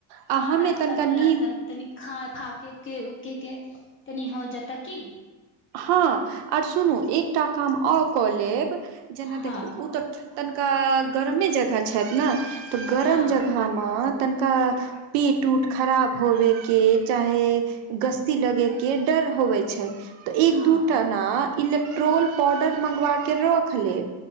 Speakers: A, on the right; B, on the left.
A: आ
B: हँ
A: हमे
B: रास्ता
A: तनिका
B: विरास्तामे
A: नीम
B: तनि खा फाकै के उके तनि हो जेतै की
A: हँ और सुनू एकटा काम और कऽ लेब जेना
B: हँ
A: देखू ओ तऽ तनिका गरमे जगह छथि ने तऽ गरम
B: हँ
A: जगहमे तनिका पेट उट खराब होबेके चाहे गस्ती लगे के डर होवे छै। तऽ एक
B: हँ
A: दू टा ना इलेक्ट्रोल पाउडर मंगवा के रख लेब।